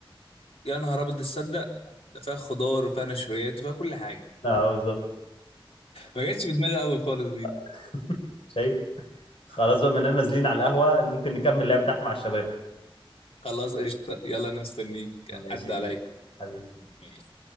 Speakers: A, on the left (about 85°); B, on the left (about 70°).
A: يا نهار ابيض تصدق ده فيها خضار وفيها نشويات وفيها كل حاجه
B: أه بالظبط
A: ما جاتش في دماغي قوي خالص دي
B: <laughs> شايف خلاص بقى بما إننا نازلين على القهوة ممكن نكمل اللعبة تحت مع الشباب
A: خلاص قشطه يلا انا مستنيك
B: ماشي
A: عدى
B: يا كبير
A: عليا
B: حبيبي
A: ماشي